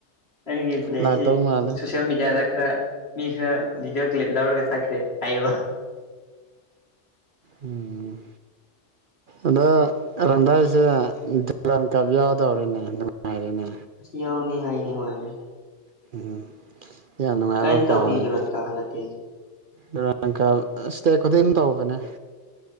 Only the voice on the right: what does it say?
ꯂꯥꯛꯇꯧ ꯃꯥꯜꯂꯦ
ꯎꯝ ꯑꯗꯣ ꯔꯪꯗꯥꯏꯁꯦ ꯗꯨꯔꯥꯟ ꯀꯞ ꯌꯥꯎꯗꯧꯔꯦꯅꯦ ꯅꯨꯡꯉꯥꯏꯔꯦꯅꯦ
<unintelligible> ꯅꯨꯡꯉꯥꯏꯕ
ꯄꯥꯎꯅꯤꯅꯦ
ꯗꯨꯔꯥꯟ ꯀꯞ ꯁ꯭ꯇꯦꯠ ꯈꯨꯗꯤꯡ ꯇꯧꯕꯅꯦ